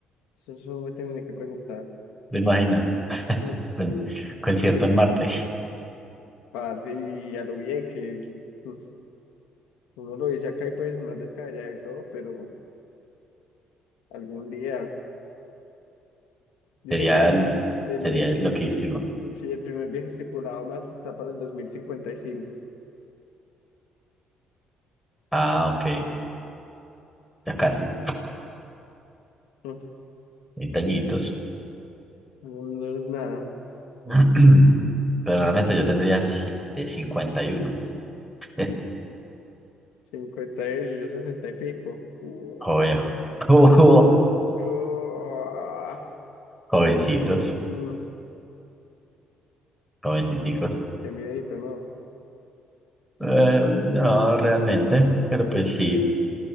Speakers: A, on the left; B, in the centre.
A: Eso, eso me tienen que preguntar.
B: ¿Te imaginas?
A: Mm,
B: Con- Concierto en Marte.
A: Parce, y a lo bien que mm, uno lo dice acá y puede sonar descabellado y todo, pero algún día. Dicen
B: Sería,
A: que el,
B: el-
A: el,
B: sería
A: el,
B: loquísimo.
A: sí, el primer viaje estipulado a Marte está para el 2055.
B: Ah, ok, ya casi,
A: Mm,
B: 20 añitos.
A: No, no es nada.
B: <clears throat> Pero realmente yo tendría ci- eh, cincuenta y uno <laughs>
A: cincuenta y yo 60 y pico. Uah,
B: Joven. <laughs>
A: uah.
B: Jovencitos,
A: Mm,
B: jovenciticos.
A: qué miedito, ¿no?
B: Eh, no, realmente, pero pues sí,